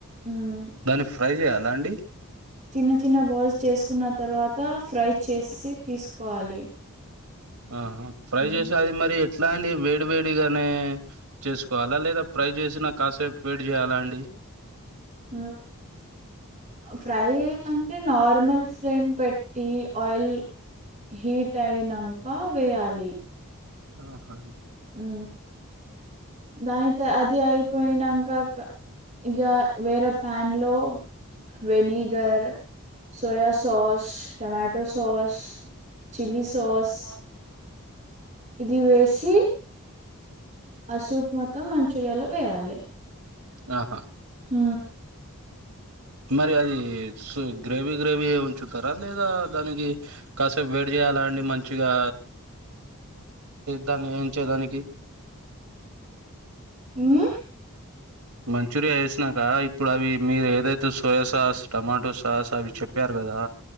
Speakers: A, on the right (about 35°); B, on the right (about 85°).
A: మ్మ్
B: దాన్ని ఫ్రై చేయాలా అండి
A: చిన్న చిన్న బౌల్స్ చేసుకున్న తర్వాత ఫ్రై చేసి తీసుకోవాలి
B: ఆహ ఫ్రై
A: మ్మ్
B: చేసి అది మరి ఎట్లా అండి వేడి వేడిగానే చేసుకోవాలా లేదా ఫ్రై చేసిన కాసేపు వేడి చేయ్యాలా అండి
A: ఆ ఫ్రై అంటే నార్మల్ ఫ్లేమ్ పెట్టి ఆయిల్ హీట్ అయినాక వేయాలి
B: ఆఓహా
A: ఉ దాని త అది అయిపోయినంకా ఇజ వేరే ప్యాన్ లో vinegar soya sauce tomato sauce chilli sauce
B: ఆ
A: ఇది వేసి ఆ సూప్ మొత్తం మంచూరియాలో వేయాలి
B: ఆహా
A: ఉ
B: మరి అది సు గ్రేవీ గ్రేవీ గా ఉంచుతారా లేదా దానికి కాసేపు వేడి చేయాలా అండి మంచిగా దాన్ని ఉంచేదానికి
A: ఉమ్
B: మంచూరియా వేసినాక ఇప్పుడు అవి మీరు ఏదైతే సోయా సాస్ టొమాటో సాస్ అవి చెప్ప చెప్పారు కదా